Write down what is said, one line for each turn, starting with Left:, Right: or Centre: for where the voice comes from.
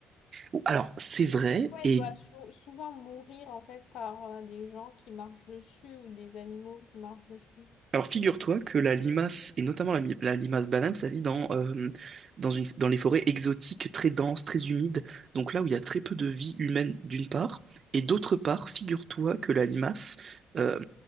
Right: Bon, alors, c'est vrai,
Left: Ouais,
Right: et
Left: elle doit sou- souvent mourir en fait par euh, des gens qui marchent dessus ou des animaux qui marchent dessus.
Right: Alors figure-toi que la limace, et notamment la, mi- la limace banane, ça vit dans, euh, dans, une, dans les forêts exotiques très denses, très humides, donc là où il y a très peu de vie humaine d'une part, et d'autre part, figure-toi que la limace, euh,